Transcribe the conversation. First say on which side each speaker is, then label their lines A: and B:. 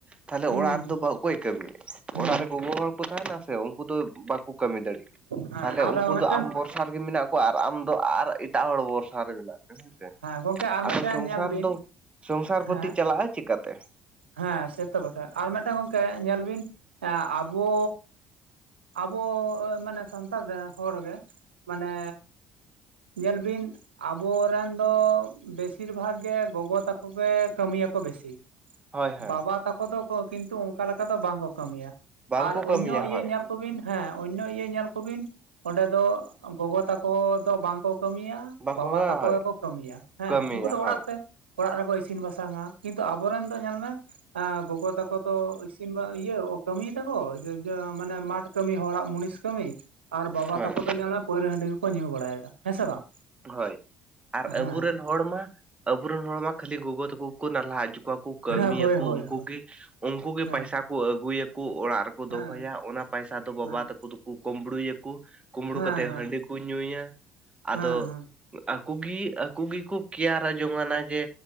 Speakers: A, on the right (about 20°); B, on the right (about 85°).
A: ᱛᱟᱦᱚᱞᱮ
B: ᱦᱩᱸ
A: ᱚᱲᱟᱜ ᱨᱮᱫᱚ ᱚᱠᱚᱭ ᱠᱟᱹᱢᱤ
B: ᱦᱩᱸ
A: ᱚᱲᱟᱜ ᱨᱮ ᱜᱚᱜᱚ ᱦᱚᱲ ᱠᱚ ᱛᱟᱦᱮᱱᱟ ᱥᱮ ᱩᱱᱠᱩ ᱫᱚ ᱵᱟᱠᱚ ᱠᱟᱹᱢᱤ ᱫᱟᱲᱮᱜᱭᱟᱜ
B: ᱦᱮᱸ
A: ᱛᱟᱦᱮ
B: ᱟᱨ
A: ᱩᱱᱠᱩ
B: ᱢᱤᱫᱴᱮᱱ
A: ᱫᱚ ᱟᱢᱵᱚᱨ ᱵᱚᱨᱥᱟ ᱨᱮᱜᱮ ᱢᱮᱱᱟᱜ ᱠᱚᱣᱟ ᱟᱨ ᱟᱢ ᱫᱚ ᱟᱨ ᱮᱴᱟᱜ ᱦᱚᱲ ᱵᱷᱚᱨᱥᱟ ᱨᱮ ᱢᱮᱱᱟᱜ ᱢᱮᱭᱟ ᱦᱮᱸ
B: ᱜᱚᱝᱠᱮ ᱟᱨ
A: ᱟᱫᱚ
B: ᱢᱤᱫᱴᱮᱱ
A: ᱥᱚᱝᱥᱟᱨ
B: ᱧᱮᱞ ᱵᱤᱱ
A: ᱫᱚ ᱥᱚᱝᱥᱟᱨ
B: ᱦᱮᱸ
A: ᱯᱚᱛᱤ ᱪᱟᱞᱟᱜᱼᱟ ᱪᱤᱠᱟᱛᱮ
B: ᱦᱮᱸ ᱥᱮᱛᱚ ᱵᱟᱠᱷᱟᱡ ᱟᱨ ᱢᱤᱫᱴᱟᱝ ᱜᱚᱝᱠᱮ ᱧᱮᱞ ᱵᱤᱱ ᱟᱵᱚ ᱟᱵᱚ ᱢᱟᱱᱮ ᱥᱟᱱᱛᱟᱲ ᱨᱮᱱ ᱦᱚᱲ ᱜᱮ ᱢᱟᱱᱮ ᱧᱮᱞ ᱵᱤᱱ ᱟᱵᱚᱨᱮᱱ ᱫᱚ ᱵᱮᱥᱤᱨ ᱵᱷᱟᱜᱽ ᱜᱮ ᱜᱚᱜᱚ ᱛᱟᱠᱚ ᱜᱮ ᱠᱟᱹᱢᱤᱭᱟᱠᱚ ᱵᱮᱥᱤ
A: ᱦᱳᱭ ᱦᱳᱭ
B: ᱵᱟᱵᱟ ᱛᱟᱠᱚ ᱫᱚᱠᱚ ᱠᱤᱱᱛᱩ ᱚᱱᱠᱟ ᱞᱮᱠᱟ ᱫᱚ ᱵᱟᱝᱠᱚ ᱠᱟᱹᱢᱤᱭᱟ
A: ᱵᱟᱝᱠᱚ
B: ᱟᱨ
A: ᱠᱟᱹᱢᱤᱭᱟ
B: ᱚᱱᱱᱚ ᱤᱭᱟᱹ
A: ᱦᱳᱭ
B: ᱧᱮᱞ ᱠᱚᱵᱤᱱ ᱦᱮᱸ ᱚᱱᱱᱚ ᱤᱭᱟᱹ ᱧᱮᱞ ᱠᱚᱵᱤᱱ ᱚᱸᱰᱮ ᱫᱚ ᱜᱚᱜᱚ ᱛᱟᱠᱚ ᱫᱚ ᱵᱟᱝᱠᱚ ᱠᱟᱹᱢᱤᱭᱟ
A: ᱵᱟᱝᱠᱚ
B: ᱵᱟᱵᱟ
A: ᱦᱳᱭ
B: ᱛᱟᱠᱚ ᱜᱮ ᱠᱚ ᱠᱟᱹᱢᱤᱭᱟ ᱦᱮᱸ
A: ᱠᱟᱹᱢᱤᱭᱟ
B: ᱩᱱᱠᱩ ᱫᱚ
A: ᱦᱳᱭ
B: ᱚᱲᱟᱜ ᱛᱮ ᱚᱲᱟᱜ ᱨᱮᱠᱚ ᱤᱥᱤᱱ ᱵᱟᱥᱟᱝᱼᱟ ᱠᱤᱱᱛᱩ ᱟᱵᱚᱨᱮᱱ ᱫᱚ ᱧᱮᱞ ᱢᱮ ᱮᱸ ᱜᱚᱜᱚ ᱛᱟᱠᱚ ᱫᱚ ᱤᱥᱤᱱ ᱵᱟ ᱤᱭᱟᱹ ᱠᱟᱹᱢᱤᱭ ᱛᱟᱠᱚ ᱤᱭᱟᱹ ᱢᱟᱱᱮ ᱢᱟᱴ ᱠᱟᱹᱢᱤ ᱦᱚᱲᱟᱜ ᱢᱩᱱᱤᱥ ᱠᱟᱹᱢᱤ ᱟᱨ ᱵᱟᱵᱟ
A: ᱦᱳᱭ
B: ᱛᱟᱠᱚ ᱫᱚ ᱧᱮᱞ ᱢᱮ ᱯᱟᱹᱣᱨᱟᱹ ᱦᱟᱺᱰᱤ ᱜᱮᱠᱚ ᱧᱩ ᱵᱟᱲᱟᱭᱮᱫᱟ ᱦᱮᱸ ᱥᱮ ᱵᱟᱝ
A: ᱦᱳᱭ ᱟᱨ
B: ᱦᱮᱸ
A: ᱟᱵᱩᱨᱮᱱ ᱦᱚᱲ ᱢᱟ ᱟᱵᱚᱨᱮᱱ ᱦᱚᱲ ᱢᱟ ᱠᱷᱟᱹᱞᱤ ᱜᱚᱜᱚ ᱛᱟᱠᱚ ᱠᱚ ᱱᱟᱞᱦᱟ ᱦᱚᱡᱚ ᱠᱚᱣᱟᱠᱩ ᱠᱟᱹᱢᱤᱭᱟᱠᱚ
B: ᱦᱮᱸ ᱦᱳᱭ ᱦᱳᱭ
A: ᱩᱱᱠᱩᱜᱮ
B: ᱦᱳᱭ
A: ᱩᱱᱠᱩ ᱜᱮ
B: ᱦᱮᱸ
A: ᱯᱟᱭᱥᱟ ᱠᱚ ᱟᱹᱜᱩᱭᱟᱠᱚ ᱚᱲᱟᱜ ᱨᱮ
B: ᱦᱮᱸ
A: ᱫᱚᱦᱚᱭᱟ ᱚᱱᱟ ᱯᱚᱭᱥᱟ ᱫᱚ ᱵᱟᱵᱟ
B: ᱦᱮᱸ
A: ᱛᱟᱠᱚ ᱫᱚ ᱠᱩᱢᱵᱽᱲᱩᱭᱟᱠᱚ ᱠᱩᱢᱵᱽᱲᱩ
B: ᱦᱮᱸ
A: ᱠᱟᱛᱮ
B: ᱦᱮᱸ
A: ᱦᱟᱺᱰᱤ ᱠᱚ ᱧᱩᱭᱟ ᱟᱫᱚ
B: ᱦᱮᱸ
A: ᱟᱠᱚ ᱜᱤ ᱟᱠᱚ ᱜᱮᱠᱚ ᱠᱮᱭᱟᱨᱟ ᱡᱚᱝᱟᱱᱟ ᱡᱮ